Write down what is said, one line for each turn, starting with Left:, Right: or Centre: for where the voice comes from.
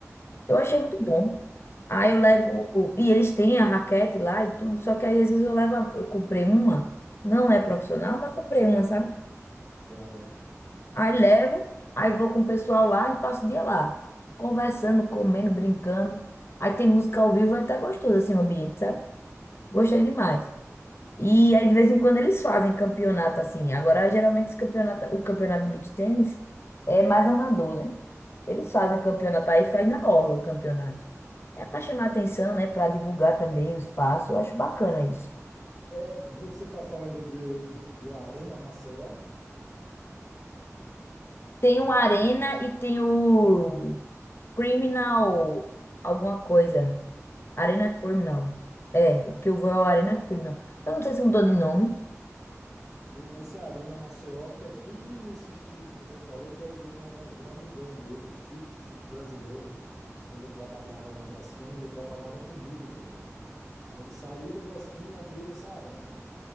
Centre: Ah,
Left: eu achei muito bom. Aí eu levo. E eles têm a raquete lá e tudo, só que aí às vezes eu levo. a- Eu comprei uma, não é profissional, mas comprei uma, sabe?
Centre: sai.
Left: Aí levo, aí vou com o pessoal lá e passo o dia lá, conversando, comendo, brincando. Aí tem música ao vivo, é até gostoso assim o ambiente, sabe? Gostei
Centre: Ah,
Left: demais. E aí, de vez em quando, eles fazem campeonato assim. Agora, geralmente, os campeonato, o campeonato de beach tênis é mais amador, né? Eles fazem campeonato aí, faz na orla o campeonato. É para chamar atenção, né? Para divulgar também o espaço. Eu acho bacana isso.
Centre: É, você está falando de, de- do Arena Maceió?
Left: Tem o Arena e tem o Criminal alguma coisa.
Centre: Ah,
Left: Arena Criminal. É, o que eu vou é o Arena Criminal. Eu não sei se mudou de nome.
Centre: tem um- esse Arena Maceió que é bem nesse estilo que você falou, que é de um, de um amigão meu, Chico, Chico brasileiro. Quando eu trabalhava na Braskem, ele trabalhava comigo também. Aí ele saiu da Braskem e abriu essa arena.